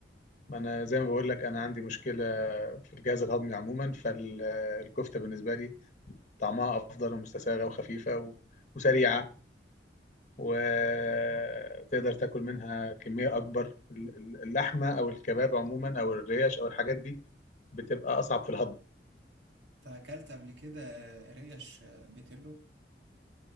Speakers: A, on the left; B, on the right.
A: ما أنا زي ما بقول لك أنا عندي مشكلة في الجهاز الهضمي عموما فالكفتة بالنسبة لي طعمها أفضل ومستساغة وخفيفة و- وسريعة وتقدر تاكل منها كميه اكبر ال- ال- اللحمه او الكباب عموما او الريش او الحاجات دي بتبقى اصعب في الهضم
B: انت اكلت قبل كده آه، ريش آه، بيتلو